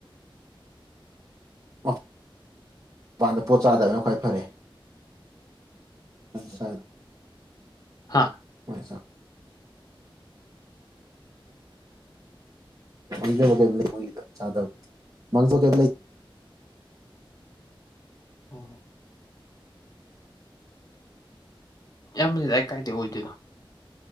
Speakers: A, on the right; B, on the left.
A: ꯃꯄꯥꯟꯗ ꯄꯣꯠ ꯆꯥꯗꯕꯅ ꯈ꯭ꯋꯥꯏ ꯐꯔꯦ ꯁꯥꯏ
B: ꯍꯥ
A: <inaudible> <unintelligible> ꯪ ꯍꯗ ꯆ ꯃꯪ ꯀꯦ
B: ꯍ ꯌꯥꯝꯗ ꯑꯩ ꯀꯥꯏꯗ ꯑꯣꯏꯗꯣꯏꯅꯣ